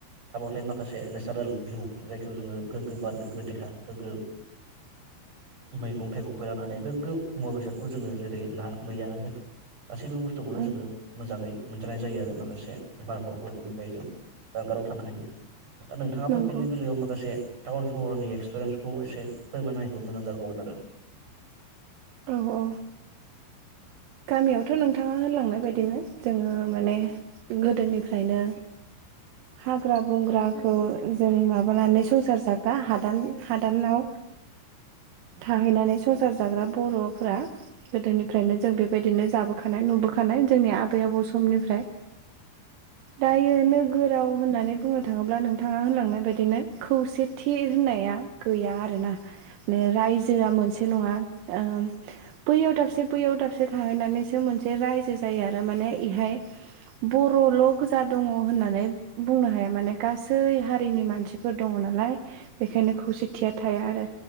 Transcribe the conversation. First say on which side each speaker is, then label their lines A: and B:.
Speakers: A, on the right (about 40°); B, on the right (about 80°).
A: थाबाथाय माखासे नेचारेल भिउ जायखौ जोङो गोगो बार गोगो देहा गोगो मैगं थाइगंखौ लानानै गोगो मुवा बेसादखौ जोङो जेरै ना मैयानो होन गासैबो बुस्थुखौनो
B: उम
A: जोङो मोजाङै मोनजानाय जायो। आरो माखासे बारहावानिफ्राय जों जानगाराव थानो हायो। दा नोंथाङाबो
B: नंगौ
A: बेनि बेलायाव माखासे टाउन सहरनि एक्सपिरियेन्सखौ एसे फोरमायनो हायोब्ला मोजां जागौमोन आरो।
B: औ औ। गामियावथ' नोंथाङा होनलांनाय बायदिनो जोङो माने गोदोनिफ्रायनो। हाग्रा बंग्राखौ जों माब संसार जाग्रा हादा हादानाव थाहैनानै संसार जाग बर'फोरा गोदोनिफ्रायनो जों बेबायदिनो जाबोखानाय नुबोख खानाय जोंनि आबै आबौ समनिफ्राय दायो नोगोराव होननानै बुंनो थाङोब्ला नोंथाङा होनलांनाय बायदि बिदिनो खौसेथि होननाया गैया आरोना मे रायजोआ मोनसे नङा ओ बैयाव दाबसे बैयाव दाबसे थाहैनानैसो मोनसे रायजो जायो आरो माने इहाय बर'ल' गोजा दङ होननानै बुंनो हाया माने गासै हारिनि मानसि दङ नालाय बेनिखायनो खौसेथिया थाया आरो